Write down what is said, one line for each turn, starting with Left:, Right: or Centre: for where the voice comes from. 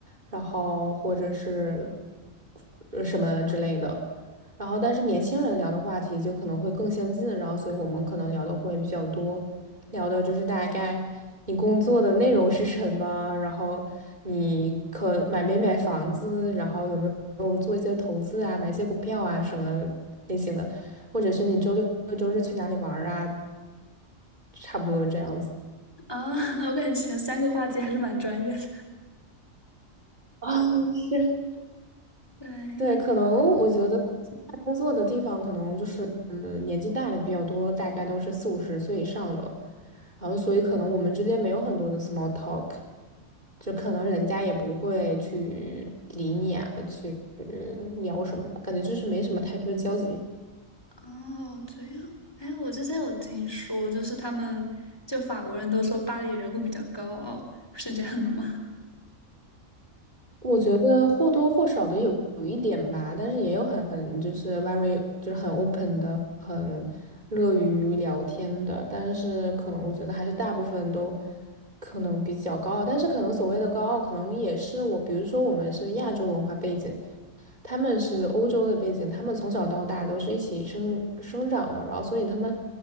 Right: 然后或者是呃什么之类的，然后但是年轻人聊的话题就可能会更相近，然后所以我们可能聊的会比较多。聊的就是大概你工作的内容是什么，然后你可买没买房子，然后有没有做一些投资啊，买一些股票啊什么的类型的，或者是你周六周日去哪里玩儿啊，差不多这样子。
Left: 啊，<laughs> 我感觉前三个话题还是蛮专业的。
Right: 啊，是，
Left: <laughs>
Right: 对，
Left: 对，
Right: 可能我觉得我现在工作的地方可能就是，嗯，年纪大的比较多，大概都是四五十岁以上的，然后所以可能我们之间没有很多的 small talk，就可能人家也不会去理你啊，去聊什么，感觉就是没什么太多的交集。
Left: 哦，这样。哎，我之前有听说，就是他们就法国人都说巴黎人会比较高傲，是这样的吗？
Right: 我觉得或多或少的有有一点吧，但是也有很就是 very 就是很 open 的，很乐于聊天的，但是可能我觉得还是大部分都可能比较高傲，但是可能所谓的高傲，可能也是我，比如说我们是亚洲文化背景，他们是欧洲的背景，他们从小到大都是一起生生长的，然后所以他们